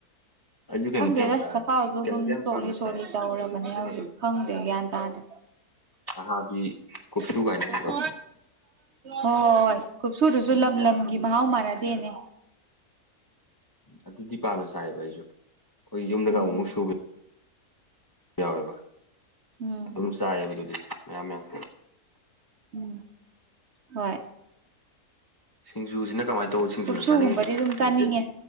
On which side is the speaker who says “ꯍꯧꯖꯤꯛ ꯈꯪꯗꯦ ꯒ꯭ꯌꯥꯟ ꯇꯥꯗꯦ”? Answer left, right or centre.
Right